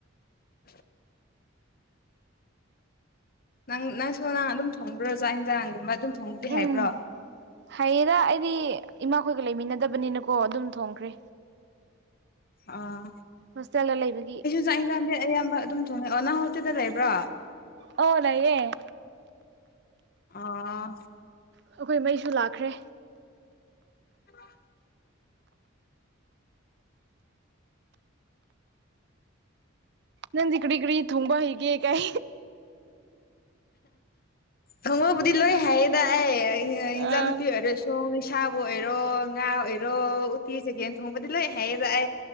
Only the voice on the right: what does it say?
ꯎꯝ ꯍꯥꯏꯌꯦꯗ ꯑꯩꯗꯤ ꯏꯃꯥꯈꯣꯏꯒ ꯂꯩꯃꯤꯟꯅꯗꯕꯅꯤꯅꯀꯣ ꯑꯗꯨꯝ ꯊꯣꯡꯈ꯭ꯔꯦ
ꯍꯣꯁꯇꯦꯜꯗ ꯂꯩꯕꯒꯤ
ꯑꯣ ꯂꯩꯌꯦ
ꯑꯩꯈꯣꯏ ꯃꯩꯁꯨ ꯂꯥꯛꯈ꯭ꯔꯦ
ꯅꯟ ꯏ ꯀꯒꯔꯤ ꯊꯣꯡꯝꯕ ꯍꯤꯒꯦ ꯀꯥꯏ
ꯑꯥ